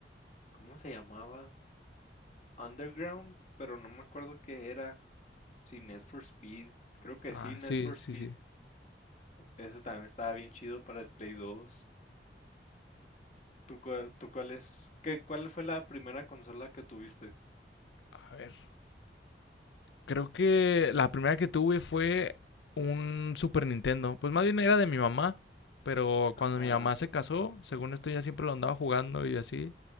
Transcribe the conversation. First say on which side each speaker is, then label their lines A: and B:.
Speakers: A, on the left (about 40°); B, on the left (about 85°).
A: ¿Cómo se llamaba? Underground, pero no me acuerdo qué era. Si Need for Speed. Creo que
B: Ah,
A: sí, Need
B: sí,
A: for
B: sí,
A: Speed.
B: sí.
A: Ese también estaba bien chido para el Play dos ¿Tú cuál, tú cuál es? ¿Qué, cuál fue la primera consola que tuviste?
B: A ver. Creo que la primera que tuve fue un Super Nintendo. Pues más bien era de mi mamá. Pero cuando
A: Ah,
B: mi mamá se casó, según esto, ya siempre lo andaba jugando y así.